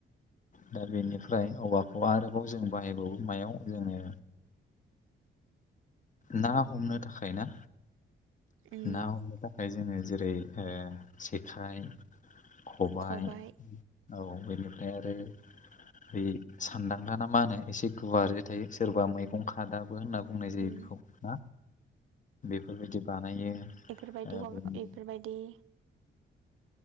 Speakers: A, on the left; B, on the right.
A: दा बेनिफ्राय औवाखौ आरोबाव जों बाहायबावो मायाव जोङो ना हमनो थाखाय ना
B: उम
A: ना हमनो थाखाय जोङो जेरै जेखाइ खबाय
B: खबाइ
A: औ बेनिफ्राय आरो सानदांगखााना मा होनो एसे गुवार ज थायो सोरबा मैगं हादाबो होनना बुंनाय जायो
B: उम
A: बेखौ ना बेफोरबायदि बानायो
B: इफोरबायदि
A: ओ
B: ह
A: बेनि-
B: बेफोरबायदि